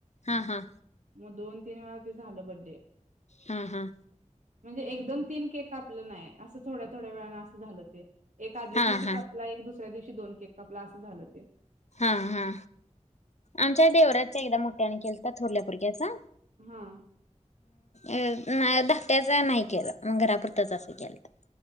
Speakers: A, on the left (about 65°); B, on the right (about 80°).
A: हा हा
B: म दोन तीन वेळा ते झालं बड्डे
A: हां हां
B: म्हणजे एकदम तीन केक कापलं नाय असं थोड्या थोड्या वेळान असं झालं ते एक आदल्या
A: हा
B: दिवशी
A: हा
B: कापला एक दुसऱ्या दिवशी दोन केक कापल आसं झालं ते
A: हा हा आमच्या देवराजच एकदा मोठ्यान केलता थोरल्या पोरग्याचा
B: हा
A: अ ना धाकट्याचा नाही केला ग घरापुरतंच असं केला